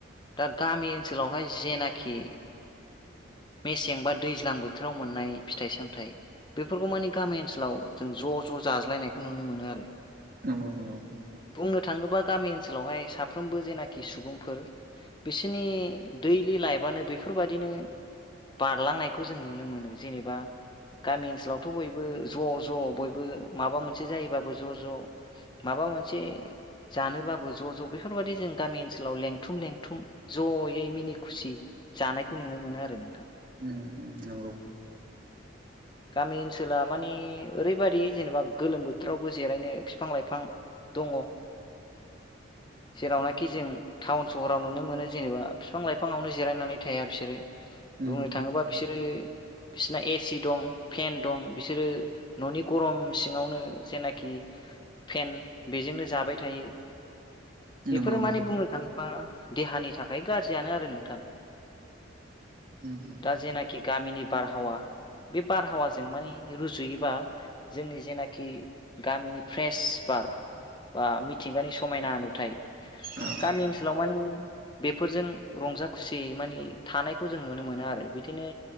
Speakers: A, on the left (about 25°); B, on the right (about 45°).
A: दा गामि ओनसोलावहाय जेनाखि मेसें बा दैज्लां बोथोराव मोननाय फिथाइ सामथाइ बेफोरखौ मानि गामि ओनसोलाव जों ज' ज' जाज्लायनायखौ नुनो मोनो आरो
B: नंगौ नंगौ
A: बुंनो थाङोबा गामि ओनसोलावहाय साफ्रोमबो जेनाखि सुबुंफोर बिसोरनि दैलि लाइफनो बेफोरबायदिनो बारलांनायखौ जों नुनो मोनो जेनेबा गामि ओनसोलावथ' बयबो ज' ज' बयबो माबा मोनसे जायोबाबो ज' ज' माबा माबा मोनसे जानोबाबो ज' ज' बेफोरबायदि जों गामि ओनसोलाव लेंथुम लेंथुम ज'यै मिनि खुसि जानायखौ नुनो मोनो आरो नों
B: उम ओम नंगौ
A: गामि ओनसोला मानि ओरैबायादि जेनेबा गोलोम बोथोरावबो जिरायनो बिफां लाइफां दङ जेरावनाखि
B: औ
A: जों टाउन सहराव नुनो मोनो जेनेबा बिफां लाइफाङावनो जिरायनानै थाया बिसोरो
B: उम
A: बुंनो
B: उम
A: थाङोबा बिसोरो बिसिना एसि दं फेन दं बिसोरो न'नि गरम सिङावनो जेनाखि फेन बेजोंनो जाबाय थायो बेफोरो
B: नंगौ
A: माने
B: नंगौ
A: बुंनो थाङोबा देहानि थाखाय गाज्रियानो आरो नोंथां
B: उम उम
A: दा जेनाखि गामिनि बारहावा बे बारहावाजों मानि रुजुयोबा जोंनि जेनाखि गामिनि फ्रेस बार बा मिथिंगानि समायना नुथाय
B: औ
A: गामि ओनसोलाव मानि बेफोरजों रं रंजा खुसियै मानि थानायखौ जों नुनो मोनो आरो बिदिनो